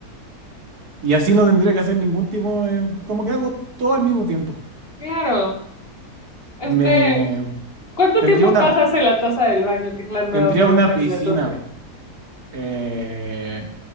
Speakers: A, on the right; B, on the left.
A: Y así no tendría que hacer ningún tipo de... Como que hago todo al mismo tiempo.
B: Claro, este,
A: Y me...
B: ¿cuánto
A: Tendría
B: tiempo
A: una,
B: pasas en la taza del baño? Que es la nueva
A: tendría
B: pregunta
A: una piscina.
B: que me surge.
A: Eh,